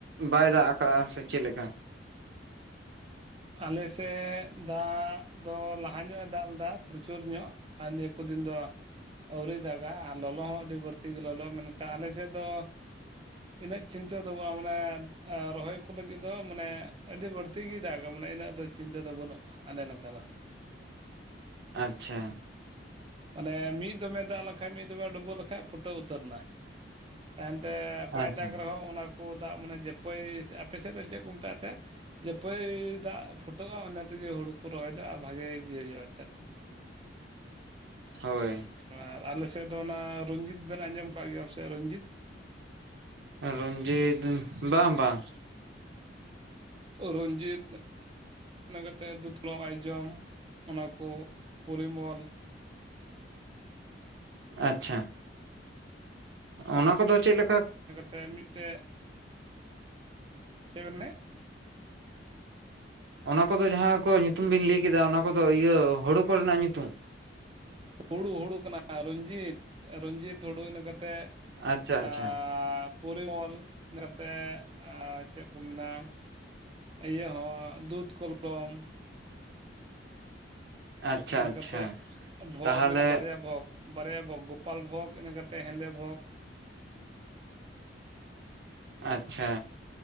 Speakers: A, on the right; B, on the right.
A: ᱵᱟᱭ ᱫᱟᱜ ᱟᱠᱟᱫᱼᱟ ᱥᱮ ᱪᱮᱫ ᱞᱮᱠᱟ
B: ᱟᱞᱮᱥᱮᱫ ᱫᱟᱜ ᱫᱚ ᱞᱟᱦᱟ ᱧᱚᱜ ᱮ ᱫᱟᱜ ᱞᱮᱫᱟ ᱯᱨᱚᱪᱩᱨ ᱧᱚᱜ, ᱟᱨ ᱱᱤᱭᱟᱹ ᱠᱚ ᱫᱤᱱ ᱫᱚ ᱟᱹᱣᱨᱤᱤᱭ ᱫᱟᱜᱟ ᱟᱨ ᱞᱚᱞᱚ ᱦᱚᱸ ᱟᱹᱰᱤ ᱵᱟᱹᱲᱛᱤ ᱜᱮ ᱞᱚᱞᱚ ᱢᱮᱱ ᱟᱞᱮ ᱥᱮᱫ ᱫᱚ ᱤᱱᱟᱹᱜ ᱪᱤᱱᱛᱟᱹ ᱫᱚ ᱵᱟᱝ, ᱢᱟᱱᱮ ᱨᱚᱦᱚᱭ ᱠᱚ ᱞᱟᱹᱜᱤᱫ ᱫᱚ ᱢᱟᱱᱮ ᱟᱹᱰᱤ ᱵᱟᱹᱲᱛᱤ ᱜᱮ ᱫᱟᱜ ᱮ ᱢᱟᱱᱮ ᱤᱱᱟᱹᱜ ᱫᱚ ᱪᱤᱱᱛᱟᱹ ᱫᱚ ᱵᱟᱹᱱᱩᱜ ᱟᱞᱮ ᱱᱚᱝᱠᱟ ᱫᱚ
A: ᱟᱪᱪᱷᱟ᱾
B: ᱢᱟᱱᱮ ᱢᱤᱫ ᱫᱚᱢᱮ ᱫᱟᱜ ᱞᱮᱠᱷᱟᱡ ᱢᱤᱫ ᱫᱚᱢᱮ ᱰᱩᱵᱟᱹᱣ ᱞᱮᱠᱷᱟᱡ ᱯᱷᱩᱴᱟᱹᱣ ᱩᱛᱟᱹᱨ ᱮᱱᱟ ᱛᱟᱭᱚᱢᱛᱮ ᱵᱟᱭ
A: ᱟᱪᱪᱷᱟ
B: ᱫᱟᱜ ᱨᱮᱦᱚᱸ ᱚᱱᱟ ᱠᱚ ᱫᱟᱜ ᱢᱟᱱᱮ ᱡᱟᱹᱯᱟᱹᱭ ᱟᱯᱮᱥᱮᱫ ᱫᱚ ᱪᱮᱫ ᱠᱚ ᱢᱮᱛᱟᱜ ᱛᱮ ᱡᱟᱹᱯᱟᱹᱭ ᱫᱟᱜ ᱯᱷᱩᱴᱟᱹᱜᱼᱟ ᱚᱱᱟ ᱛᱮᱜᱮ ᱦᱩᱲᱩ ᱠᱚ ᱨᱚᱦᱚᱭᱮᱫᱟ ᱟᱨ ᱵᱷᱟᱜᱮ ᱜᱮ ᱦᱩᱭᱩᱜᱭᱼᱟ ᱮᱱᱛᱮᱫ
A: ᱦᱳᱭ᱾
B: ᱟᱨ ᱟᱞᱮᱮᱥᱮᱫ ᱫᱚ ᱚᱱᱟ ᱨᱚᱡᱤᱛ ᱵᱮᱱ ᱟᱸᱡᱚᱢ ᱠᱟᱜ ᱜᱮᱭᱟ ᱯ ᱥᱮ ᱨᱚᱧᱡᱤᱛ
A: ᱨᱚᱡᱤᱛ ᱵᱟᱝ ᱵᱟᱝ᱾
B: ᱨᱚᱱᱡᱤᱛ, ᱤᱱᱟᱹ ᱠᱟᱛᱮᱫ ᱫᱩᱛ ᱠᱚᱡᱚᱢ ᱟᱭ ᱡᱚᱢ ᱚᱱᱟ ᱠᱚ ᱯᱚᱨᱤᱢᱚᱞ
A: ᱟᱪᱪᱷᱟ ᱚᱱᱟ ᱠᱚᱫᱚ ᱪᱮᱫ ᱞᱮᱠᱟ?
B: ᱯᱮ ᱢᱤᱫᱴᱮ ᱪᱮᱫ ᱵᱮᱱ ᱢᱮ
A: ᱚᱱᱟ ᱠᱚᱫᱚ ᱡᱟᱦᱟᱸ ᱠᱚ ᱧᱩᱛᱩᱢ ᱵᱤᱱ ᱞᱟᱹᱭ ᱠᱮᱫᱟ, ᱚᱱᱟ ᱠᱚᱫᱚ ᱤᱭᱟᱹ ᱦᱩᱲᱩ ᱠᱚᱨᱮᱱᱟᱜ ᱧᱩᱛᱩᱢ?
B: ᱦᱩᱲᱩ ᱦᱩᱲᱩ ᱠᱟᱱᱟ ᱨᱚᱧᱡᱤᱛ ᱨᱚᱡᱤᱛ ᱦᱩᱲᱩ ᱤᱱᱟᱹ ᱠᱟᱛᱮᱫ᱾
A: ᱟᱪᱪᱷᱟ ᱟᱪᱪᱷᱟ
B: ᱟᱨ ᱯᱚᱨᱤᱢᱚᱞ ᱤᱹ ᱠᱟᱛᱮ ᱪᱮᱫ ᱠᱚ ᱢᱮᱱᱟ ᱤᱭᱟᱹ ᱦᱚᱸ ᱫᱩᱫᱷ ᱠᱚᱞᱚᱢ
A: ᱟᱪᱪᱷᱟ
B: ᱤᱱᱟᱹ
A: ᱟᱪᱪᱷᱟ
B: ᱠᱟᱛᱮᱜ ᱵᱷᱳᱜᱽ
A: ᱛᱟᱦᱚᱞᱮ
B: ᱢᱮᱱᱟᱜᱼᱟ ᱵᱟᱨᱭᱟ ᱵᱷᱳᱜᱽ ᱵᱟᱨᱭᱟ ᱵᱷᱳᱜᱽ ᱜᱳᱯᱟᱞ ᱵᱷᱳᱜ ᱤᱱᱟᱹ ᱠᱟ ᱠᱟᱛᱮᱮᱫ ᱦᱮᱸᱫᱮ ᱵᱷᱳᱜᱽ
A: ᱟᱪᱪᱷᱟ